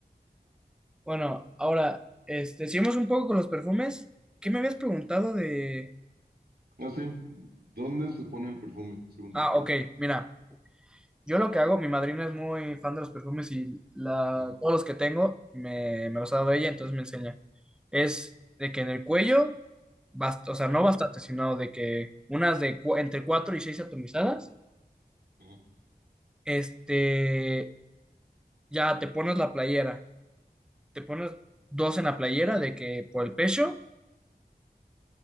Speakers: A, in the centre; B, on the right.
A: Bueno, ahora, este, seguimos un poco con los perfumes. ¿Qué me habías preguntado de...?
B: Ah, sí. ¿Dónde se pone el perfume? Segundo.
A: Ah, ok, mira, yo lo que hago, mi madrina es muy fan de los perfumes y la,
B: Ajá,
A: todos los que tengo me, me los ha dado ella, entonces me enseña. Es de que en el cuello, bast- o sea, no
B: ajá,
A: bastante, sino de que unas de cu- entre 4 y 6 atomizadas,
B: ajá.
A: este, ya te pones la playera, te pones dos en la playera de que por el pecho